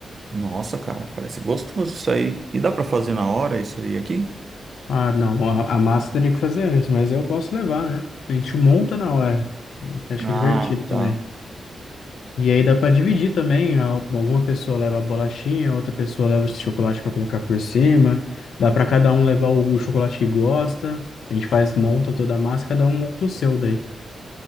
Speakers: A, on the right (about 45°); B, on the left (about 85°).
A: Nossa, cara, parece gostoso isso aí. E dá pra fazer na hora isso aí aqui?
B: Ah, não, a, a massa teria que fazer antes, mas aí eu posso levar, né? A gente monta na hora, que acho
A: Ah,
B: que é divertido também.
A: tá.
B: E aí dá para dividir também. a- Alguma pessoa leva a bolachinha, outra pessoa leva o chocolate para colocar por cima. Dá para cada um levar o o chocolate que gosta. A gente faz, monta toda a massa, cada um monta o seu daí.